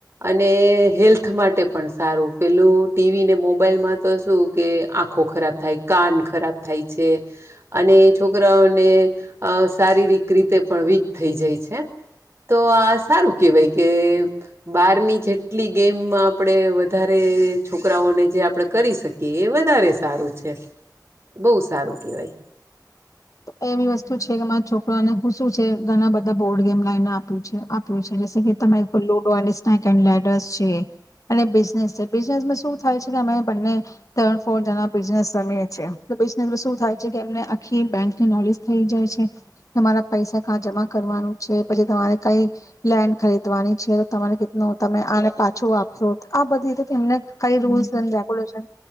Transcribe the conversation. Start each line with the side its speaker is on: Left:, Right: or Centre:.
Right: અને હેલ્થ માટે પણ સારું પેલું ટીવી ને મોબાઈલમાં તો શું કે આંખો ખરાબ થાય કાન ખરાબ થાય છે અને છોકરાઓને શારીરિક રીતે પણ વીક થઈ જાય છે તો આ સારું કહેવાય કે બારની જેટલી ગેમમાં આપણે વધારે છોકરાઓને જે આપણે કરી શકીએ એ વધારે સારું છે બહુ સારું કેહેવાય.
Left: એ વસ્તુ છે કેરા છોકરાને હું શું છે ઘણા બધા બોર્ડ ગેમ લાઈને આપ્યું છે આપ્યું છે કે તમે ludo and snake and ladders છે અને બિઝનેસ છે બિઝનેસ શ થાય છે કે અમે બને ફર જ બિનેસ રી છેએ બિસ શ થાય છે કે એમને આખી બેક નોલેજ થઈ જાય છે તમારા પૈસા કા જમા કરવાનું છે પછી તમારે કઈ લેન્ડ ખરીદવાની છે તો તમારે કે તમે આને પાછું આપશો આ બધીને કઈ રૂલ્સ એ રેગ્યુલેશન